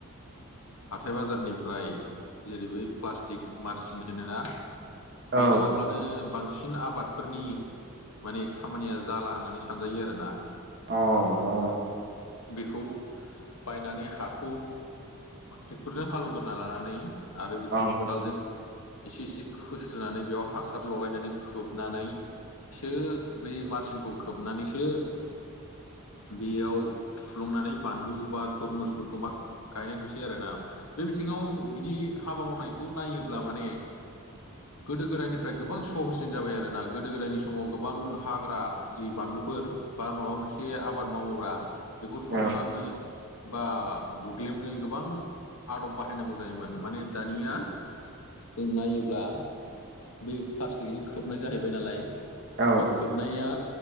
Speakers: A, on the left (about 80°); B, on the right (about 50°).
A: हाथाय बाजारनिफ्राय जेरै बै प्लास्टिक मारसिन होनोना। बे
B: ओं
A: नङाब्लानो बांसिन आबादफोरनि माने खामानिया। जाला होननानै सानजायो आरो ना।
B: ओं औ
A: बेखौ बायनानै हाखौ। ट्रेक्टरजों हालौवगोरना लानानै आरो बेखौ
B: अ
A: खदालजों एसे एसे खोस्रोनानै बेयाव हासार लगायनानै खोबनानैसो बै मा खौ खोबनानैसो बेयाव थुफ्लंनानै बानलु बा थरमुसफोरखौ मा गायनाय नुसै आरोोना बे बिथिं नाव बिदि हाबा मावनायखौ नायोब्ला माने गोदो गोदायनिफ्राय गोबां सहसिन जाबाय आरोना गोदो गोदायनि समाव गोबां हाग्रा जि बानलुफोर बा माबा मोनसे आबाद मावोब्ला बेखौ सनस्रांनो
B: अ
A: बा बुग्लेबनो गोबां आदब बाहायनांगौ जायोमोन। माने दानिया जों नायोब्ला बे प्लास्टिकजों खोबनाय जाहैबाय नालाय,
B: औ
A: बे खोबनाया